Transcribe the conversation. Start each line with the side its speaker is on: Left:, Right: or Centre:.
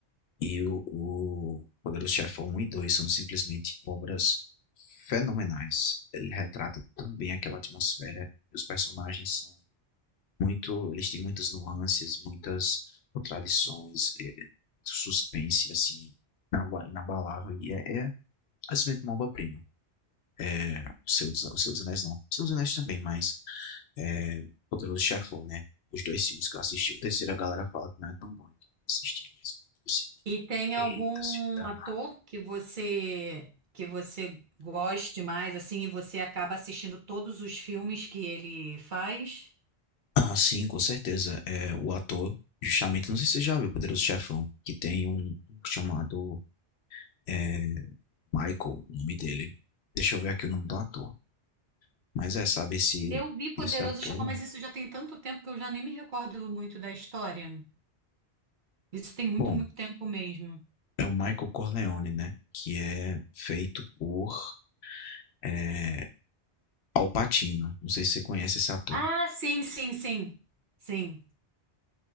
Left: E o, o Poderoso Chefão um e 2 são simplesmente obras fenomenais. Ele retrata tão bem aquela atmosfera. Os personagens são muito. Eles têm muitas nuances, muitas contradições, é, suspense, assim, inabalável. E é, é simplesmente uma obra-prima. É, o, seu, o Seu dos Anéis não. O Seu dos Anéis também, mas. É, Poderoso Chefão, né? Os dois filmes que eu assisti. O terceiro a galera fala que não é tão bom, então não assisti. Mas eu decidi,
Right: E tem algum
Left: eita, filme danado.
Right: ator que você que você goste mais, assim, e você acaba assistindo todos os filmes que ele faz?
Left: Ah, sim, com certeza. É, o ator, justamente, não sei se você já viu Poderoso Chefão, que tem um, um chamado é, Michael, o nome dele. Deixa eu ver aqui o nome do ator. Mas é, sabe, esse,
Right: Eu vi Poderoso
Left: esse ator.
Right: Chefão, mas isso já tem tanto tempo que eu já nem me recordo muito da história. Isso tem muito,
Left: Bom,
Right: muito tempo mesmo.
Left: é o Michael Corleone, né? Que é feito por é, Al Pacino. Não sei se você conhece esse ator.
Right: Ah, sim, sim, sim. Sim.